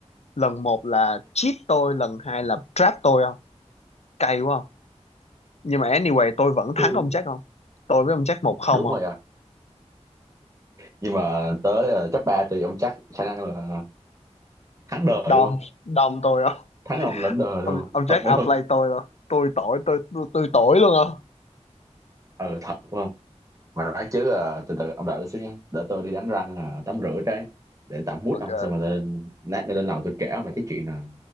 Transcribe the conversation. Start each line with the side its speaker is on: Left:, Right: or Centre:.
Left: lần một là cheat tôi lần hai là trap tôi không cay quá không nhưng mà anyway tôi vẫn thắng
Right: tôi
Left: ông Jack không tôi với ông Jack một không
Right: đúng
Left: không
Right: rồi à nhưng mà tới ờ, top ba thì ông chắc khả năng là thắng đời
Left: đom
Right: luôn không
Left: đom tôi không
Right: thắng ông lãnh đời
Left: ông,
Right: luôn không
Left: ông Jack
Right: thật đúng
Left: outplay
Right: không
Left: tôi không tôi tội tôi tôi, tôi tội luôn không
Right: ừ thật đúng không mà nói chứ ờ, từ từ ông đợi tôi xíu nha để tôi đi đánh răng ờ, tắm rửa cái để tạm mút
Left: ok
Right: ông xong rồi lên lát nữa lên lầu tôi kể ông về cái chuyện là